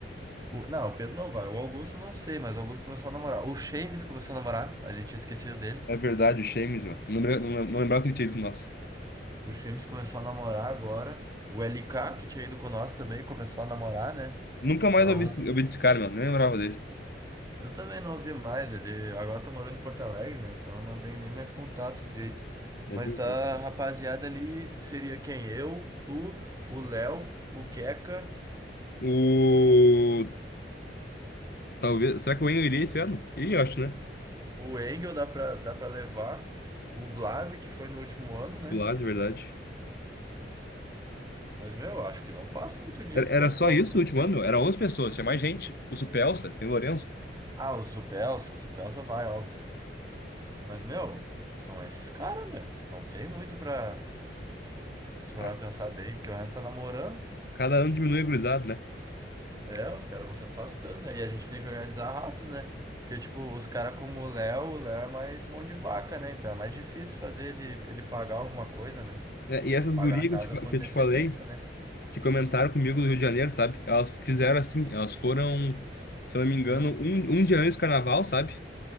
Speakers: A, on the right; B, on the left.
A: O... Não, o Pedro não vai. O Augusto não sei, mas o Augusto começou a namorar. O Shames começou a namorar, a gente tinha esquecido dele.
B: É verdade, o Shames, meu. Não, lembra- não, lem- não lembrava que ele tinha ido com nós.
A: O Shames começou a namorar agora. O LK, que tinha ido com nós também, começou a namorar, né?
B: Nunca mais
A: Então,
B: ouvi, esse- ouvi desse cara, meu. Nem lembrava dele.
A: eu também não ouvi mais. Ele agora tá morando em Porto Alegre, né? Então eu não tenho nem mais contato direito.
B: É
A: Mas
B: verdade.
A: da rapaziada ali seria quem? Eu, tu. O Léo, o Queca
B: O. Talvez. Será que o Wayne iria esse ano? Iria, eu acho, né?
A: O Engel dá pra, dá pra levar. O Blase, que foi no último ano, né?
B: Do lado, de verdade.
A: Mas, meu, eu acho que não passa muito disso,
B: Era era
A: cara.
B: só
A: Se vai
B: isso
A: aposar
B: o último
A: bem.
B: ano, meu? Era 11 pessoas, tinha mais gente. O Supelsa, tem o Lourenço.
A: Ah, o Supelsa, o Supelsa vai, óbvio. Mas, meu, são esses caras, meu. Não tem muito pra, se tu parar
B: A-
A: pra pensar bem, porque o resto tá namorando.
B: Cada ano diminui a gurizado, né?
A: É, os caras vão se afastando, né? E a gente tem que organizar rápido, né? Porque, tipo, os caras como o Léo, o Léo é mais mão de vaca, né? Então é mais difícil fazer ele, ele pagar alguma coisa, né?
B: É,
A: Que
B: E
A: tem
B: essas
A: que pagar
B: gurias
A: a casa
B: que eu te, fa-
A: com
B: que
A: antecedência,
B: eu te falei,
A: né?
B: que comentaram comigo do Rio de Janeiro, sabe? Elas fizeram assim, elas foram, se eu não me engano,
A: Hum,
B: um, um dia antes do carnaval, sabe?